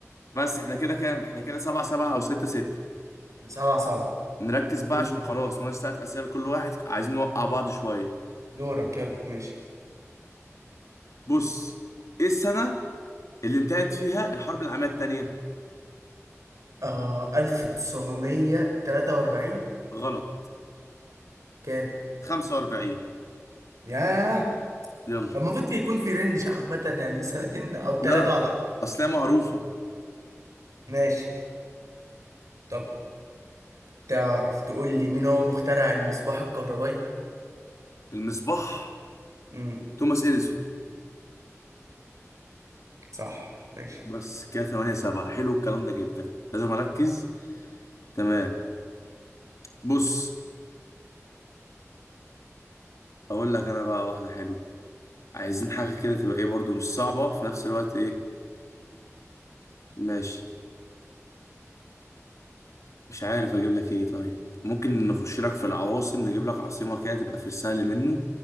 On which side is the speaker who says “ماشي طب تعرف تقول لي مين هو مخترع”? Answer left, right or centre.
Right